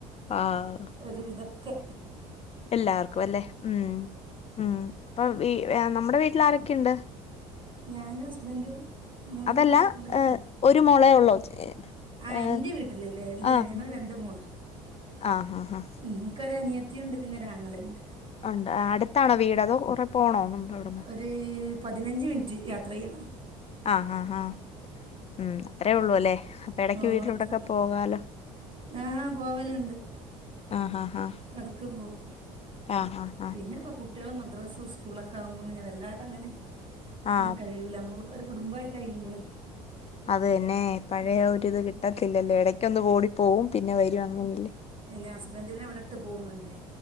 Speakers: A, on the left; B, on the right.
A: ആഹ്
B: ഒരു വിധൊക്കേ
A: എല്ലാർക്കുമല്ലേ ഉം ഉം ഇപ്പോം വീ നമ്മുടെ വീട്ടില് ആരൊക്കെയുണ്ട്
B: ഞാനും ഹസ്ബൻഡും മൂന്ന്
A: അതല്ല
B: കുട്ടീം പിള്ളേരും
A: ഒരു മോളേ ഉള്ളോ
B: ആഹ്
A: ഏഹ്
B: എന്റെ വീട്ടിലല്ലേ അല്ലേ
A: ആഹ്
B: ഞങ്ങൾ രണ്ട് മൂണാ
A: ആഹ് ഹാ ഹാ
B: നിങ്ങക്ക് ഒരു അനിയത്തിയും ഉണ്ട് പിന്നെ ഒരാങ്ങളയും ഉണ്ട്
A: ആഹ് ഉണ്ട് അടുത്താണോ വീട് അതോ കൊറേ പോണോ നമ്മുടെ ഇവിടുന്ന്
B: <unintelligible> പതിനഞ്ച് മിനിറ്റ് യാത്ര ചെയ്യണം
A: ആഹ് ഹ ഹ ഉം അത്രേ ഉള്ളൂ അല്ലേ അപ്പൊ എടക്ക്
B: ഓ
A: വീട്ടിലൊട്ടക്ക
B: അത്ര
A: പോകാലോ
B: ആഹ് പോവലുണ്ട്
A: ആഹ് ഹ ഹ
B: എടയ്ക്ക് പോവും
A: ആഹ് ഹ
B: പിന്നെ ഇപ്പം കുട്ട്യള് മദ്രസ സ്കൂളൊക്കെ ആകുമ്പോൾ പിന്നെ വല്ലാതെ അങ്ങനെ ഒന്നും
A: ആഹ്
B: കഴിയൂല നമ്മൾ ഒരു കുടുംബമായി കഴിയുമ്പളെ
A: അത് തന്നെ പഴയ ഒരിത് കിട്ടത്തില്ലല്ലോ ഇടയ്ക്കൊന്ന് ഓടി പോവും പിന്നെ വരും അങ്ങനെയല്ലേ
B: പിന്നെ ഹസ്ബന്റിനെ ഇവിടെ ഇട്ട് പോകും വേണ്ടേ